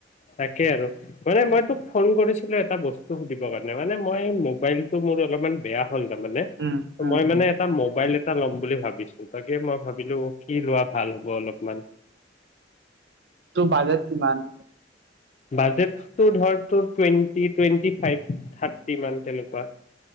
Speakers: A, on the left; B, on the right.
A: তাকেই আৰু মানে মই তোক ফোন কৰিছিলো এটা বস্তু সুধিবৰ কাৰণে মানে মই মোবাইলতটো মোৰ অলপমান বেয়া হ'ল তাৰ মানে
B: উম উম
A: মই মানে এটা মবাইল এটা ল'ম বুলি ভাবিছো তাকে মই ভাবিলো কি লোৱা ভাল হ'ব অলপমান
B: তোৰ বাজেট কিমান
A: বাজেট ধৰ ত টুৱেণ্টি টুৱেণ্টি ফাইভ থাৰ্টি মান তেনেকুৱা